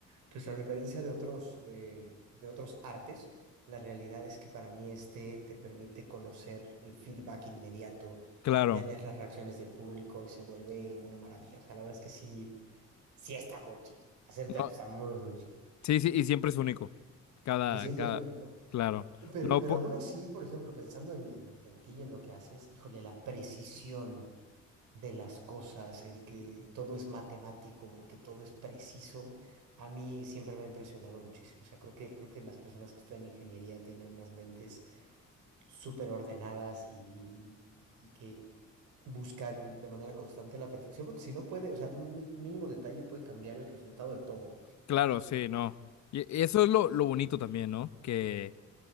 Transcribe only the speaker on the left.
Claro.
No,
sí, sí, y siempre es único. Cada,
cada,
claro.
No,
po-
claro, sí, no. Y y eso es lo, lo bonito también, ¿no? que